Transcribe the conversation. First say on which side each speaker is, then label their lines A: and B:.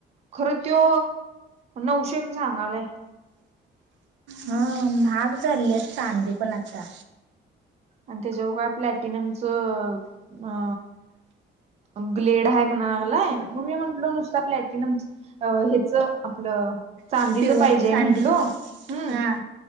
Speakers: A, on the right; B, on the right.
A: खरं त्यो नऊशेन सांगालाय.
B: हा महाग झाली आहेत चांदी पण आता.
A: आणि त्याच्यावर काय प्लॅटिनमचं अ ग्लेड आहे म्हणाय लागलाय, मग मी म्हंटलो नुसता प्लॅटिनमच अ हे च आपलं चांदीच
B: प्युअर
A: पाहिजेय
B: चांदी
A: म्हंटलो हम्
B: हा